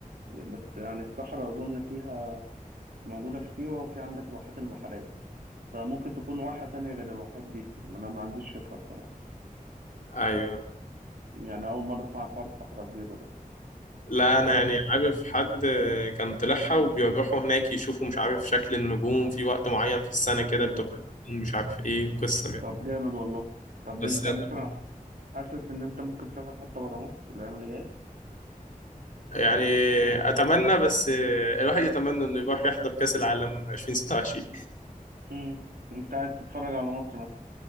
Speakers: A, on the right; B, on the left.
A: بس يعني الصحراء اظن فيها موجوده في سيوه وفي عندك الواحات البحريه فممكن تكون واحه تانية غير الواحات دي ما انا ما عنديش فكره بصراحه
B: ايوه
A: يعني اول مره اسمع عن حوار الصحراء البيضاء ده
B: لا انا
A: بس
B: يعني عارف حد كان طلعها وبيروحوا هناك يشوفوا مش عارف شكل النجوم في وقت معين في السنة كده
A: مم.
B: بتبقى مش عارف ايه قصة كده
A: طب جامد والله طب
B: بس
A: انت
B: أنا
A: مثلا حاسس ان انت ممكن تسافر حتى بره مصر الايام اللي جايه
B: يعني اتمنى بس الواحد يتمنى انه يروح يحضر كأس العالم 2026
A: مم. انت عايز تتفرج على مصر مثلا